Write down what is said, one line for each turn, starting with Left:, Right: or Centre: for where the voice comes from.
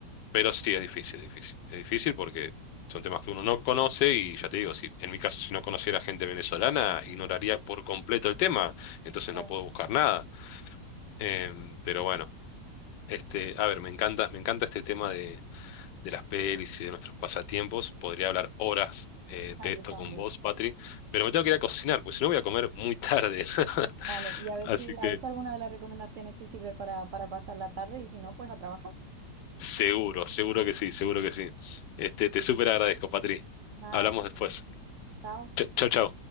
Left: Pero sí, es difícil, es difícil. Es difícil porque son temas que uno no conoce y ya te digo, si en mi caso, si no conociera gente venezolana, ignoraría por completo el tema, entonces
Right: Claro,
Left: no puedo buscar nada. Em, pero bueno. Este, a ver, me encanta, me encanta este tema de, de las pelis y de nuestros pasatiempos. Podría hablar horas eh,
Right: <laughs> ah,
Left: de esto
Right: yo también.
Left: con vos, Patri, pero me tengo que ir a cocinar, porque si no voy a comer muy tarde. <laughs>
Right: Vale, y a ver
Left: Así
Right: si,
Left: que
Right: a ver si alguna de las recomendaciones te sirve para, para pasar la tarde y si no, pues a trabajar.
Left: seguro, seguro que sí, seguro que sí. Este, te súper agradezco, Patri.
Right: Nada,
Left: Hablamos
Right: tú,
Left: después.
Right: chao.
Left: Chao, chao.